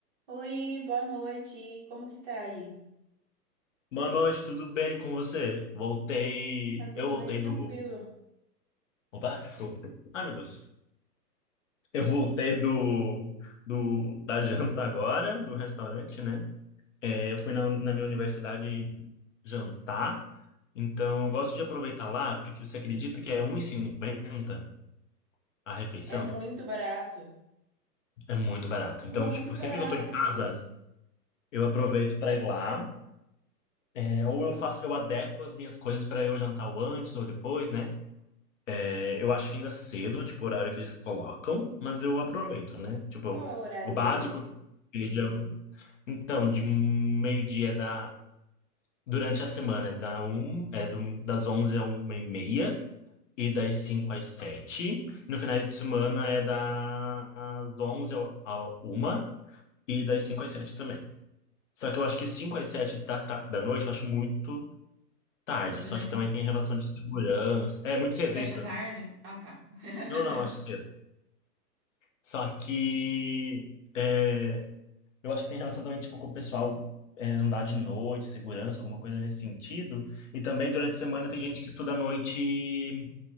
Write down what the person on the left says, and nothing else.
Boa noite, tudo bem com você? Voltei.
Eu voltei
do. Opa, desculpa. Ai, meu Deus. Eu voltei do, do da janta agora, do restaurante, né? É, eu fui na, na minha universidade jantar, então eu gosto de aproveitar lá, porque você acredita que é 1,50 a refeição?
É muito barato. Então,
tipo,
sempre que eu tô em casa,
eu aproveito para ir lá. É, ou eu faço, eu adequo as minhas coisas para eu jantar o antes ou depois, né? É, Eu acho ainda cedo, tipo, o horário que eles colocam, mas eu aproveito, né? Tipo,
o básico
seja. Então, de meio-dia da. Durante a semana é, da um, é do, das 11 a uma e meia e das 5 às sete No final de semana é das 11 ao- à 1 e das 5 às 7 também. Só que eu acho que 5 às 7 da, ta- da noite eu acho muito tarde.
Só
que também tem relação de segurança. É muito
cedo
isso?
Não, não, acho cedo. Só que é, eu acho que tem relação também tipo, com o pessoal é, andar de noite, segurança, alguma coisa nesse sentido. E também durante a semana tem gente que estuda à noite,